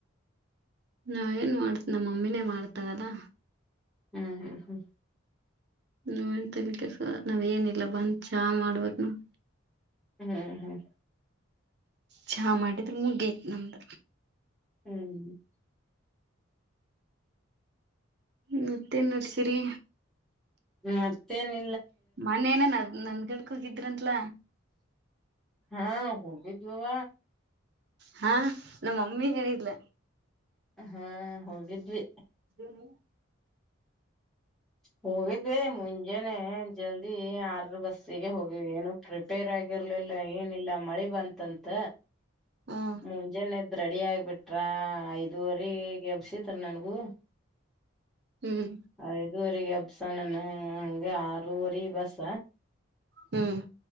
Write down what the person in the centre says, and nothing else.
ಹ್ಮ್ ಹ್ಮ್ ಹ್ಮ್
ಹ್ಮ್ ಹ್ಮ್
<inaudible>
ಮತ್ತೆ ನಿ
ಹಾ ಹೋಗಿದ್ದವವ
ಹಾ ಹೋಗಿದ್ವಿ
ಹೋಗಿದ್ವಿ ಮುಂಜೇಾನನೆ ಜಲ್ದಿ ಆರ ಬಸ್ಸಿಗೆ ಹೋಗಿವ ಏನು ರಿಪೇರ್ ಆಗಿರ್ಲಿಲ್ಲ ಏನಿಲ್ಲ ಮಳಿ ಬಂತಂತ
ಮಜಜೆನದ್ ರೆಡಿ ಆಗ್ಬಿಟ್ರ ಐದುವರೆ ಎಬ್ಸತ್ ನನ್ಗೂ
ಐದುವರೆಗೆ ಅಬ್ಸ ನನ್ ಹಂಗಗೆ ಆರೂವರಿ ಬಸ